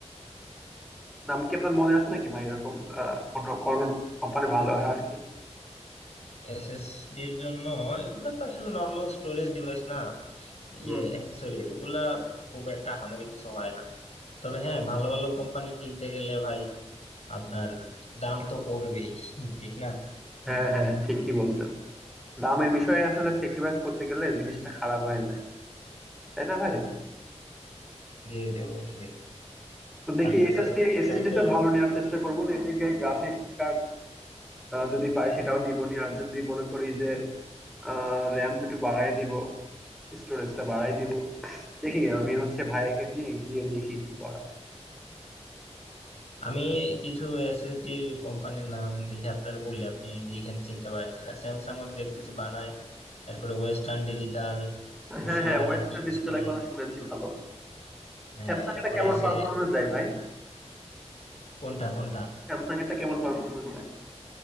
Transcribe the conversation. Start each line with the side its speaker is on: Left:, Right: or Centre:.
Centre: নাম কি আপনার মনে আছে নাকি ভাই এরকম আহ কোন কোম্পানি ভালো হয় আর কি
Left: এসএসডির জন্য এগুলা তো আসলে নর্মাল স্টোরেজ ডিভাইস না ইয়ে
Centre: হুম
Left: অ্যাক্সেসরিজ এগুলা খুব একটা হামরি কিছু হয় না তবে হ্যাঁ ভালো ভালো কোম্পানির কিনতে গেলে ভাই আপনার দাম তো পড়বেই ঠিক না
Centre: হ্যাঁ হ্যাঁ ঠিকই বলছেন দামের বিষয়ে আসলে স্যাক্রিফাইস করতে গেলে জিনিসটা খারাপ হয়ে যায় তাই না ভাই
Left: জি জি অবশ্যই
Centre: তো দেখি
Left: কারণ ওই
Centre: এসএসডি
Left: যে
Centre: এসএসডি
Left: ব্র্যান্ডের
Centre: টা ভালো নেওয়ার চেষ্টা করবো না এদিকে গ্রাফিক্স কার্ড যদি পাই সেটাও নিবো নি আর যদি মনে করি যে আহ র্যাম একটু বাড়াই দিব স্টোরেজটা বাড়াই দিব দেখি আমি হচ্ছে ভাইকে নিয়ে গিয়ে দেখি কি করা যায়
Left: আমি কিছু এসএসডি কোম্পানির নাম দেখে আপনার বলি আপনি দেখেন চিনতে পারেন কিনা স্যামসাং দেখতেছি বানায় এরপরে ওয়েস্টার্ন ডিজিটাল ক্রুশিয়াল
Centre: হ্যাঁ হ্যাঁ ওয়েস্টার্ন
Left: কিংস্টোন
Centre: ডিজিটালের কথা শুনেছি ভালো
Left: হ্যাঁ
Centre: স্যামসাং
Left: এরপরে
Centre: এটা কেমন
Left: আছে
Centre: পারফরমেন্স দেয় ভাই
Left: কোনটা কোনটা
Centre: স্যামসাং এরটা কেমন পারফরমেন্স দেয়